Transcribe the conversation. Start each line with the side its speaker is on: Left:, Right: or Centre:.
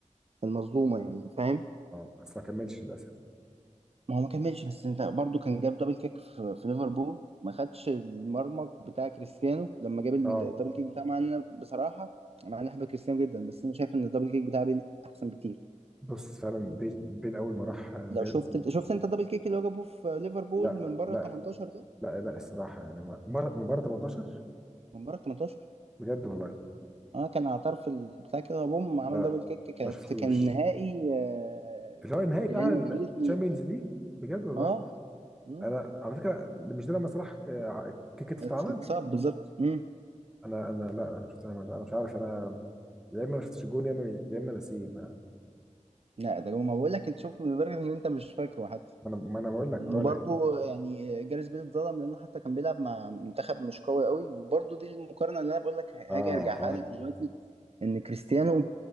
Right: المظلومه يعني فاهم
Centre: اه بس ما كملش للاسف
Right: ما هو ما كملش بس انت برضو كان جاب دبل كيك في, في ليفربول ما خدش المرمج بتاع كريستيانو لما جاب الدبل
Centre: اه
Right: كيك بتاعه مع ان انا بصراحه انا انا بحب كريستيانو جدا بس انا شايف ان الدبل كيك بتاع بيل احسن بكتير
Centre: بص فعلا بيل بيل اول ما راح ريال
Right: لو شفت
Centre: مدريد
Right: شفت انت الدبل كيك اللي هو جابه في ليفربول
Centre: لا
Right: من بره
Centre: لا
Right: ال 18 ده
Centre: لا لا الصراحه يعني ما- مبار- مباراه 18
Right: من بره ال 18
Centre: بجد والله
Right: اه كان على طرف البتاع كده بوم عمل
Centre: لا
Right: دبل كيك كانت
Centre: ما شفتوش
Right: كان نهائي آه،
Centre: اللي هو النهائي بتاع
Right: ريال مدريد
Centre: الشامبيونز
Right: و-
Centre: ليج بجد والله
Right: اه مم.
Centre: انا على فكره مش ده لما صلاح ك- كتف
Right: اتصاب
Centre: اتعمل
Right: بالظبط مم.
Centre: انا انا لا انا شفت انا مش, أنا مش عارف انا يا اما ما شفتش الجون يا اما يا اما نسيه ما
Right: لا ده هو- ما بقول لك انت شوف لدرجه ان انت مش فاكره حتى.
Centre: ما انا ما انا بقول لك اه
Right: وبرضه
Centre: لان
Right: يعني جاريث بيل اتظلم لانه حتى كان بيلعب مع منتخب مش قوي قوي وبرضه دي المقارنه اللي انا بقول لك هاجي
Centre: اه
Right: ارجعها
Centre: اه
Right: لك دلوقتي ان كريستيانو